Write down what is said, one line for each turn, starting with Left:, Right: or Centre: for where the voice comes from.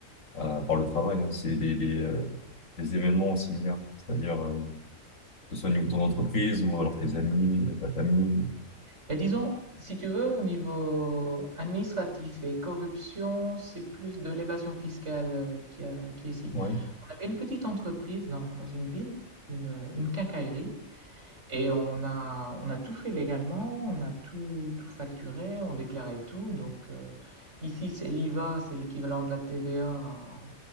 Left: à- par le travail, hein, c'est des, des, euh, des événements similaires, c'est-à-dire euh, que ce soit au niveau de ton entreprise ou alors tes amis, euh, ta famille.
Right: Ben, disons, si tu veux, au niveau administratif et corruption, c'est plus de l'évasion fiscale euh, qu'il y a- qui est ici.
Left: Ouais,
Right: On avait une petite entreprise dans, dans une ville, une, une quincaillerie, Et on a, on a tout fait légalement, on a tout, tout facturé, on déclarait tout. Donc euh, ici, c'est l'IVA, c'est l'équivalent de la TVA en,